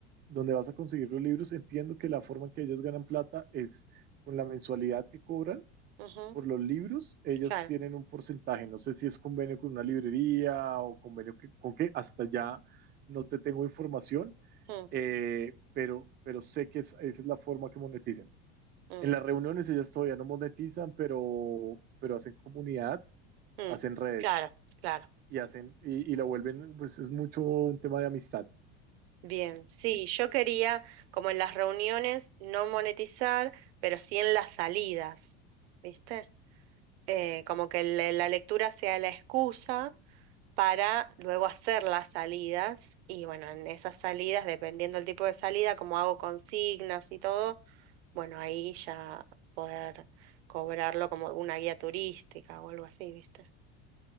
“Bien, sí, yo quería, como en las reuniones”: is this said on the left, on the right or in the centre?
Right